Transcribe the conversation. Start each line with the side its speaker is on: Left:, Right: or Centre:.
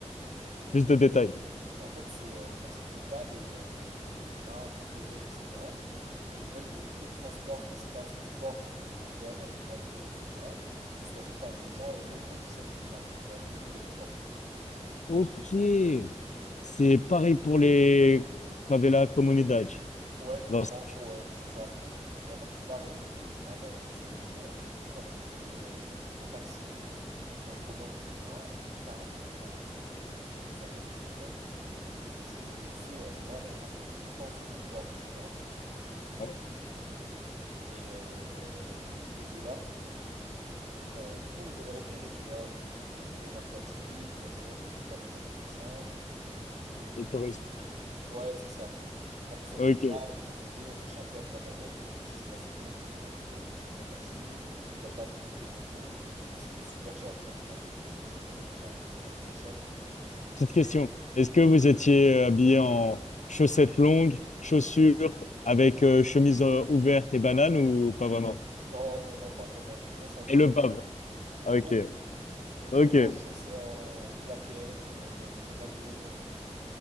Left: plus
Right: En
Left: de
Right: fait,
Left: détails?
Right: en fait, c'est, euh, ils acceptent pas les, euh, les, les Grab, les Gojek, etc. Et ils veulent que tous les transports qui se fassent du port vers euh, les grandes villes, etc., ce soit fait par des gens euh, locaux de cette ville-là, de la ville où il y a le port.
Left: Ok. C'est pareil pour les favelas comunidades.
Right: Ouais,
Left: Non, c'est-
Right: en gros, ouais, c'est ça. Vraiment, c'est pareil. Du coup, c'est vraiment, on essaye. Et nous, en fait, on trouve à un moment donné euh, un taxi. On le commande, etc. Il met 40 minutes à arriver et il nous appelle au téléphone et il dit, et tu sais, à ce moment-là, on avait passé beaucoup de temps sur le port, etc.
Left: hein,
Right: Et, euh, et de là, euh, tout le monde nous avait repérés, tu vois. Il- on avait des têtes un peu atypiques, ça se voit qu'on n'était pas des Indonésiens. Et puis, euh,
Left: les touristes.
Right: ouais, c'est ça. En plus, on
Left: Ok.
Right: était là, on dépatouillait, on cherchait un peu à droite à gauche, donc ils se disent, bah c'est bon, ils sont là pour euh, trouver un taxi, ils veulent pas nous payer nous, parce que c'était super cher, tu vois, tu t'en doutes qu'ils prenaient des tarifs vraiment très chers.
Left: Petite question. Est-ce que vous étiez habillé en chaussettes longues, chaussures, avec euh, chemise euh, ouverte et banane ou pas vraiment?
Right: Non, non, non, pas vraiment. Franchement, ça va.
Left: Et le
Right: On
Left: bab.
Right: était...
Left: Ok.
Right: Non plus. On était
Left: Ok.
Right: vraiment en chaussettes, en claquettes, euh, avec euh, des sacs à dos. euh.